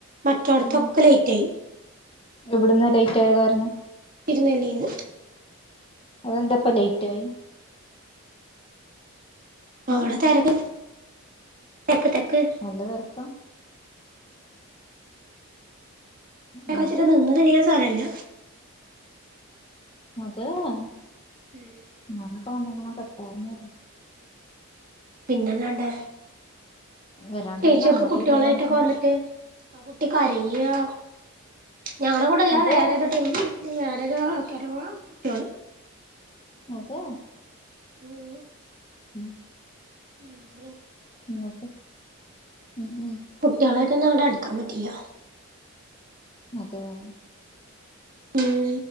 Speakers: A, on the right; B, on the left.
A: മറ്റടത്തൊക്കെ
B: ഉം
A: ലേറ്റ് ആയി
B: ഇവിടുന്ന് ലേറ്റായ കാരണം
A: തിരുനെല്ലിയില്
B: അതെന്താപ്പ ലേറ്റ് ആയി ഉം
A: അവിടെ തെരക്ക് തെക്ക് തെക്ക്
B: നല്ല തെരക്കാ എന്നിട്ട്
A: <unintelligible> നിന്ന് തിരിയാൻ സ്ഥലവില്ല
B: അതെയോ
A: ഉം
B: ഞാനൊക്കെ വന്നൂന്ന <unintelligible> പെട്ടതന്നെയല്ലേ
A: പിന്നെല്ലാണ്ട്
B: വരാണ്ടിരുന്ന
A: ചേച്ചിയൊക്കെ
B: നന്നായില്ല
A: കുട്ടികളായിട്ടൊക്കെ
B: ഒരു കണക്കിന്
A: വന്നിട്ട് ആ കുട്ടി കരയാ ഞങ്ങടെകൂടല്ല
B: അത്
A: വേറേതോ ടീം ഞാനൊരു ആക്കെരവാ കുട്ടികള്
B: അതേ
A: ഉം
B: ഉം
A: ഞങ്ങളും
B: ന്ന്ട്ട് ഉം ഉം
A: കുട്ടികളായിട്ടൊന്നും അവിടെ അടുക്കാൻ പറ്റില്ല
B: അതെയോ
A: ഉം